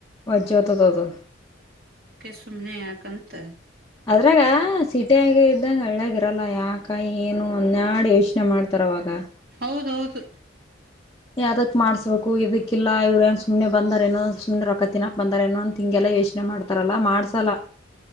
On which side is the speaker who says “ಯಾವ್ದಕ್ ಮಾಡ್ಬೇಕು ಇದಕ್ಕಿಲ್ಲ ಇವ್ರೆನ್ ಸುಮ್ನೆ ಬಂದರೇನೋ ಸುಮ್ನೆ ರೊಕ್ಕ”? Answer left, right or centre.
Left